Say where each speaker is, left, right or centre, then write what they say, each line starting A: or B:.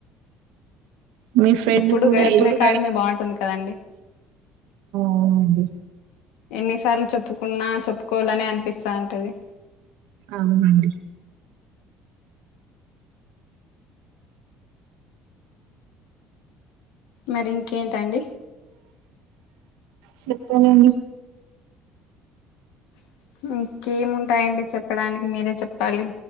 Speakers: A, on the right; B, on the left.
A: మీ ఫ్రెండ్
B: ఎప్పుడు
A: కూడా
B: గడిచిన
A: ఎప్పుడుాగు
B: కాలమే బాగుంటుంది కదండి
A: అవునండి
B: ఎన్నిసార్లు చెప్పుకున్నా చెప్పుకోవాలనే అనిపిస్తా ఉంటది
A: అవునండి
B: మరి ఇంకేంటండి
A: చెప్పానండి
B: <unintelligible> ఉంటాయండి చెప్పడానికి మీరే చెప్పాలి